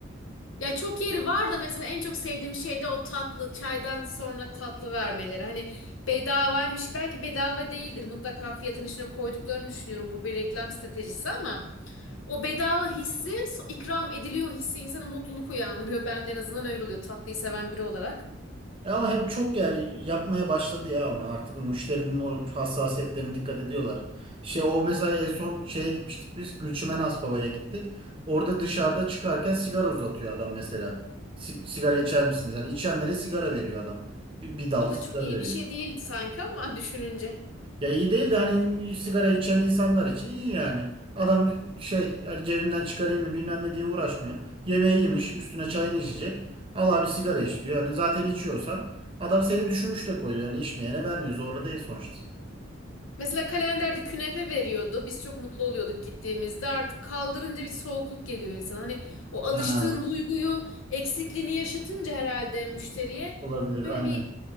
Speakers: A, on the left (about 80°); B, on the right (about 25°).
A: Ya çok yeri var da mesela en çok sevdiğim şey de o tatlı çaydan sonra tatlı vermeleri. Hani bedavaymış belki bedava değildir mutlaka fiyatın içine koyduklarını düşünüyorum bu bir reklam stratejisi ama o bedava hissi so- ikram ediliyor hissi insana mutluluk uyandırıyor. Ben en azından öyle oluyor tatlıyı seven biri olarak.
B: Ya ama hem çok yer yapmaya başladı ya onu. Artık müşterinin o hassasiyetlerine dikkat ediyorlar. Şey o mesela en son şeye gitmiştik biz. Gülçimen Aspava'ya gittik. Orada dışarıda çıkarken sigara uzatıyor adam mesela. Si- sigara içer misiniz? Yani içenlere sigara veriyor adam. Bir, bir dal
A: O da
B: sigara
A: çok iyi
B: veriyor.
A: bir şey değildi sanki ama düşününce.
B: Ya iyi değil de hani sigara içen insanlar için iyi yani. Adam şey yani cebimden çıkarayım mı bilmem ne diye uğraşmıyor. Yemeği yemiş üstüne çayını içecek. Al abi sigara iç diyor. Hani zaten içiyorsan adam seni düşünmüş de koyuyor. Hani içmeyene vermiyor zorla değil sonuçta.
A: Mesela kalenderde künefe veriyordu. Biz çok mutlu oluyorduk gittiğimizde. Artık kaldırınca bir soğukluk geliyor insan. Hani o alıştığın
B: Ha,
A: duyguyu, eksikliğini yaşatınca herhalde müşteriye
B: olabilir
A: böyle
B: aynen.
A: bir